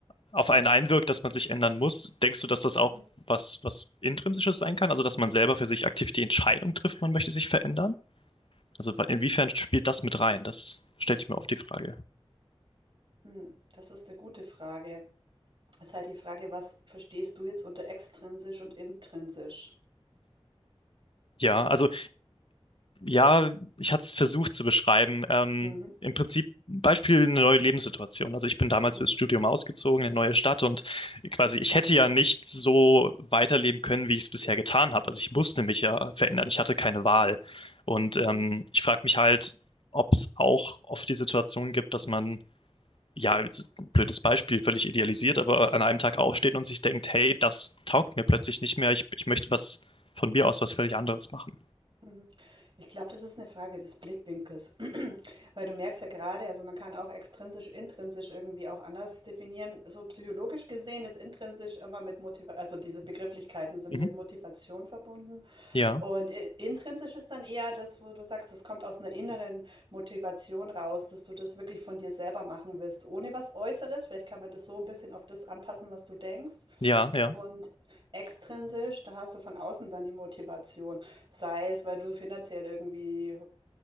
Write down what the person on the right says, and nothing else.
Mhm.
Hm, das ist eine gute Frage. Es Ist halt die Frage, was verstehst du jetzt unter extrinsisch und intrinsisch?
Mhm.
Mhm.
Mhm.
Mhm.
Mhm.
Mhm. Ich glaube, das ist eine Frage des Blickwinkels, <clears throat> weil du merkst ja gerade, also man kann auch extrinsisch, intrinsisch irgendwie auch anders definieren. So psychologisch gesehen ist intrinsisch immer mit Motivation, also diese Begrifflichkeiten sind
mit Motivation verbunden.
Und i- intrinsisch ist dann eher das, wo du sagst, das kommt aus einer inneren Motivation raus, dass du das wirklich von dir selber machen willst, ohne was Äußeres. Vielleicht kann man das so ein bisschen auf das anpassen, was du denkst.
Und extrinsisch, da hast du von außen dann die Motivation. Sei es, weil du finanziell irgendwie,